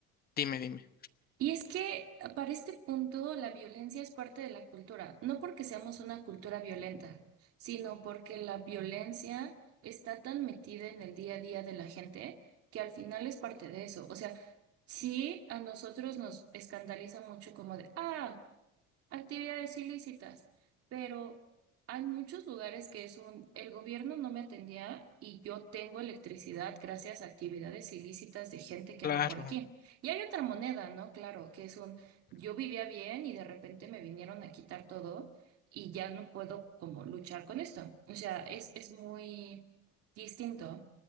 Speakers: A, on the left; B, on the right.
A: Dime, dime.
B: Y es que para este punto la violencia es parte de la cultura, no porque seamos una cultura violenta, sino porque la violencia está tan metida en el día a día de la gente que al final es parte de eso. O sea, sí a nosotros nos escandaliza mucho como de, ah, actividades ilícitas, pero hay muchos lugares que es un, el gobierno no me atendía y yo tengo electricidad gracias a actividades ilícitas de gente que
A: Claro.
B: anda por aquí. Y hay otra moneda, ¿no? Claro, que es un, yo vivía bien y de repente me vinieron a quitar todo y ya no puedo como luchar con esto. O sea, es, es muy distinto,